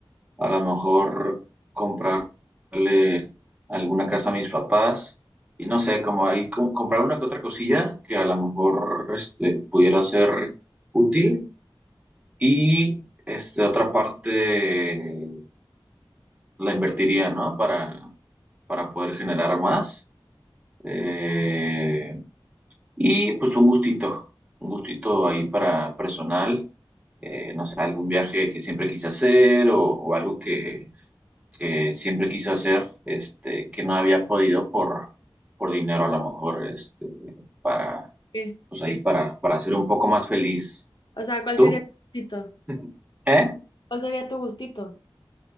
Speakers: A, on the right; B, on the left.
A: a lo mejor comprarle alguna casa a mis papás y no sé, como ahí co- comprar una que otra cosilla que a lo mejor este, pudiera ser útil y este, otra parte la invertiría, ¿no? Para, para poder generar más. Eh, y pues un gustito, un gustito ahí para personal, eh, no sé, algún viaje que siempre quise hacer o, o algo que, que siempre quise hacer, este, que no había podido por, por dinero a lo mejor, este, para,
B: ¿Qué?
A: pues ahí para, para ser un poco más feliz.
B: O sea, ¿cuál
A: ¿Tú?
B: sería tu gustito?
A: <laughs> ¿Eh?
B: ¿Cuál sería tu gustito? O